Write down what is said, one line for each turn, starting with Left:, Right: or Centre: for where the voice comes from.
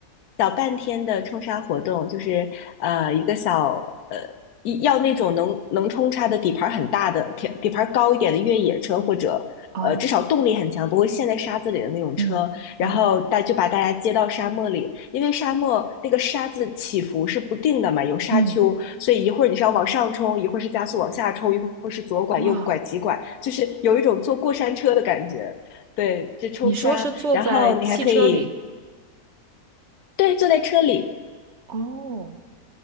Left: 小半天的冲沙活动，就是呃一个小呃一要那种能能冲沙的底盘很大的底底盘高一点的越野车，或者呃至少动力很强，
Right: 哦，
Left: 不会陷在沙子里的那种车，
Right: 嗯嗯
Left: 然后大就把大家接到沙漠里，因为沙漠那个沙子起伏是不定的嘛，有沙丘，
Right: 嗯，
Left: 所以一会儿你是要往上冲，一会儿是加速往下冲，一会儿是左拐右拐急拐，
Right: 哇，
Left: 就是有一种坐过山车的感觉。对，就冲沙，
Right: 你说是坐在汽车里？
Left: 然后你还可以对坐在车里。
Right: 哦